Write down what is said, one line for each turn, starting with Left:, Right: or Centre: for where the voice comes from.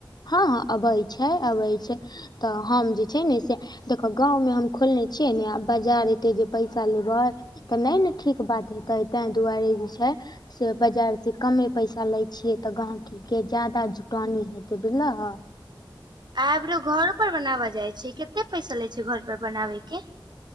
Left: हँ हँ अबै छैय, अबै छैय, तऽ हम जे छैय ने से। देखऽ गाँव में हम खोलने छियै ने आ बाजार एतै जे पैसा लेबै। तऽ नयने ठीक बात हेतय, तेंदुआरे जे छइ। से बजारसँ कमे पैसा लय छिय तऽ गांव के जादा जुटानी हेत। तऽ बुझलहऽ।
Right: आईब्रो घरोऽ पर बनाब जाय छीय, कते पैसा लय छीय घर पर बनाबे के।